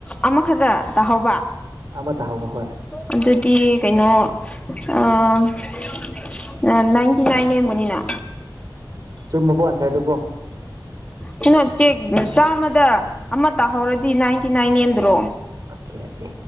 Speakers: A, on the left; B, on the right.
A: ꯑꯃꯈꯛꯇ ꯇꯥꯍꯧꯕ
B: ꯑꯃ ꯇꯥ ꯍꯥꯎꯕ ꯍꯣꯏ
A: ꯑꯗꯨꯗꯤ ꯀꯩꯅꯣ ꯑꯥ ꯅꯥꯏꯟꯇꯤ ꯅꯥꯏꯟ ꯂꯦꯝꯕꯅꯤꯅ
B: ꯆꯨꯝꯃꯕꯣ ꯑꯟꯁꯔꯗꯨꯕꯣ
A: ꯀꯩꯅ ꯆꯦꯛ ꯆꯥꯝꯃꯗ ꯑꯃ ꯇꯥꯍꯧꯔꯗꯤ ꯅꯥꯏꯟꯇꯤ ꯅꯥꯏꯟ ꯅꯦꯝꯗ꯭ꯔꯣ
B: ꯑꯣꯀꯦ ꯑꯣꯀꯦ